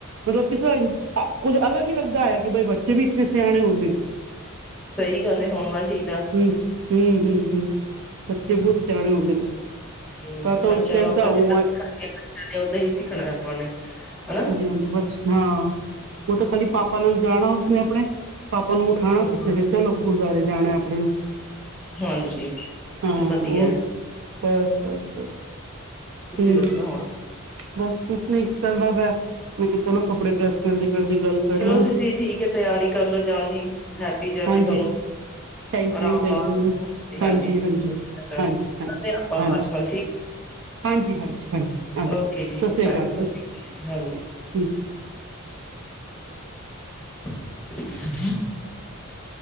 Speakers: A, on the right; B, in the centre.
A: ਮਤਲ ਕਿਸੇ ਅ ਕੁੱਝ ਅਲੱਗ ਈ ਲੱਗਦਾ ਐ ਕਿ ਬਈ ਬੱਚੇ ਵੀ ਇਤਨੇ ਸਿਆਣੇ ਹੁੰਨੇ।
B: ਸਈ ਗੱਲ ਏ ਹੋਣਾ ਚੀਦਾ।
A: ਹੂੰ, ਹੂੰ-ਹੂੰ-ਹੂੰ, ਬੱਚੇ ਬੋਤ ਸਿਆਣੇ ਹੁੰਦੇ ਨੇ।
B: ਹੂੰ
A: ਤਾਂ ਤਾਂ
B: ਬੱਚੇਆਂ
A: ਉਸ ਟਾਈਮ
B: ਨੂੰ ਆਪਾਂ
A: ਤਾਂ ਉਹ
B: ਜਿੱਦਾਂ ਸਿਖਾਈਏ, ਬੱਚੇਆਂ ਨੇ ਓਦਾਂ ਹੀ ਸਿਖਣਾ ਆਪਾਂ ਨੇ ਹੈਨਾ।
A: ਅੱਛਾ, ਉਹ ਤਾਂ ਖਾਲੀ ਪਾਪਾ ਨਾਲ ਜਾਨਾ ਉਸਨੇ ਅਪਨੇ ਪਾਪਾ ਨੂੰ ਉਠਾਨਾ
B: ਹੂੰ
A: ਕਿਸੇ
B: ਹੂੰ
A: ਦੇ ਚਲੋ ਗੁਰਦੁਆਰੇ ਜਾਨਾ ਅਪਨੇ ਨੂੰ।
B: ਹਾਂਜੀ
A: ਹਾਂ
B: ਵਧੀਆ
A: ਹੋਰ, ਬਸ, ਬਸ, ਬਸ।
B: ਤੁਸੀਂ
A: ਹੂੰ
B: ਦੱਸੋ ਹੁਣ
A: ਬਸ ਕੁਛ ਨੀ ਚੱਲਦਾ ਪੈਆ, ਮੈਂ ਕੇਆ ਚਲੋ ਕੱਪੜੇ ਪ੍ਰੈਸ ਕਰਦੀ-ਕਰਦੀ ਗੱਲ ਕਰ
B: ਚਲੋ
A: ਲਵਾਂ
B: ਤੁਸੀ ਠੀਕ ਏ, ਤਿਆਰੀ ਕਰਲੋ ਜਾਨ ਦੀ। ਹੈਪੀ ਜਰਨੀ
A: ਹਾਂਜੀ
B: ਤਾਨੂੰ। <unintelligible>
A: ਥੈਂਕ
B: ਕਰਦੇ
A: ਯੂ ਥੈਂਕ ਯੂ ਹਾਂਜੀ ਹਾਂਜੀ ਹਾਂਜੀ ਹਾਂਜੀ
B: ਆਪਾਂ ਬਾਦ
A: ਹਾਂਜੀ
B: ਚ ਗਲ ਠੀਕ
A: ਹਾਂਜੀ, ਹਾਂਜੀ, ਹਾਂਜੀ, ਹਾਂਜੀ
B: ਓਕੇ ਜੀ
A: ਸਤਿ ਸ੍ਰੀ
B: ਬਾਏ
A: ਅਕਾਲ
B: ਸਤਿ
A: ਜੀ।
B: ਸ਼੍ਰੀ ਹਾਂਜੀ।
A: ਹੂੰ
B: <inaudible>